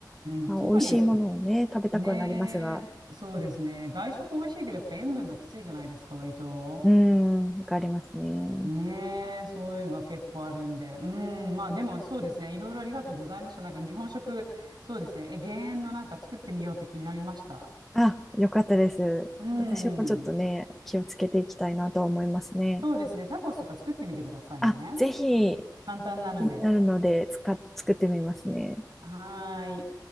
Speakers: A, on the right; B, in the centre.
A: ん、
B: まあ、
A: 外に、
B: 美味しいものをね、食べたくはなりますが、
A: ねえ、そうですね。外食美味しいけど、やっぱ塩分がきついじゃないですか、割と。
B: うーん、わかりますね。
A: ねえ、そういうのが結構あるんで。うん、まあでもそうですね。いろいろありがとうございました。なんか日本食、そうですね。え、減塩のなんか作ってみようって気になりました。
B: あ、よかったです。
A: うん。
B: 私もちょっとね、気をつけていきたいなと思いますね。
A: そうですね。タコスとか作ってみてくださいね。
B: あ、ぜひ
A: 簡単なので。
B: 気になるので使っ、作ってみますね。
A: はーい。